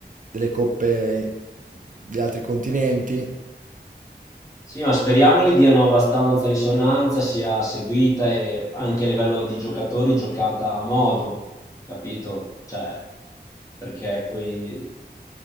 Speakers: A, on the right; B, on the left.
A: delle coppe di altri continenti.
B: Sì, ma speriamo gli diano abbastanza risonanza, sia seguita e anche a livello di giocatori giocata a modo, capito? Cioè, perché quei